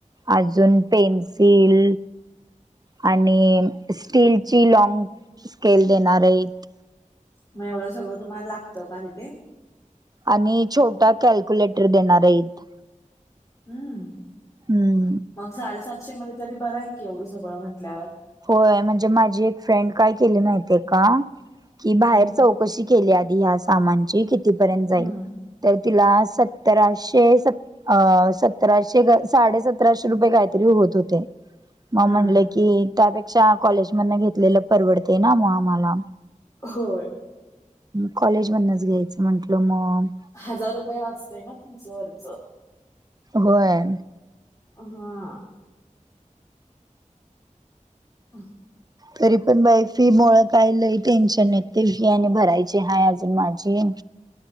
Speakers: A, on the right; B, on the left.
A: अजून पेन्सिल आणि स्टीलची लाॅंग स्केल देणारेत.
B: मग एवढं सगळं तुम्हाला लागतं का तिथे?
A: आणि छोटा कॅल्क्युलेटर देणार आहेत.
B: हम्म.
A: हम्म.
B: मग साडेसातशे मध्ये तरी बरं आहे की, एवढं सगळं म्हंटल्यावर.
A: होय म्हणजे माझी एक फ्रेंड काय केली माहिती आहे का, की
B: हम्म
A: बाहेर चौ कशी केली आधी ह्या सामानची, कितीपर्यंत जाईल?
B: हम्म
A: तर तिला सतराशे स अ सतराशे काय साडेसतराशे रुपये कायतरी होत होते. म
B: हम्म
A: म्हटलं की, त्यापेक्षा कॉलेज मधनं घेतलेलं परवडतंय ना मग आम्हाला.
B: होय.
A: कॉलेजमधनच घ्यायचं म्हंटलं मग.
B: हजार रुपये वाचतंय ना तुमचं वरचं.
A: होय.
B: हां. <inaudible>
A: तरी पण बाई फी मुळं काय लय टेन्शन येतंय, फी आणि भरायची हाय अजून माझी.